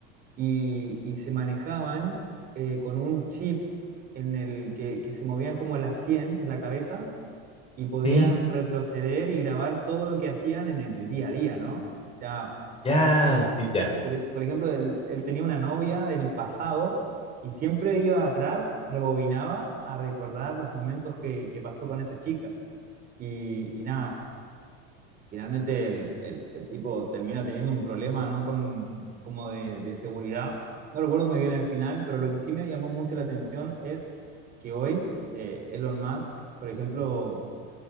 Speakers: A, on the right (about 30°); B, on the left (about 20°).
A: y, y se manejaban eh, con un chip en el que, que se movían como las 100 en la cabeza y podían
B: Sí,
A: retroceder y grabar todo lo que hacían en el día a día, ¿no? O sea,
B: ya,
A: si me-
B: sí, ya.
A: por, ej- por ejemplo, él, él tenía una novia del pasado y siempre iba atrás, rebobinaba a recordar los momentos que, que pasó con esa chica. Y, y nada, finalmente el, el- el tipo termina teniendo un problema, ¿no? Con, como de, de seguridad. No recuerdo muy bien el final, pero lo que sí me llamó mucho la atención es que hoy eh, Elon Musk, por ejemplo,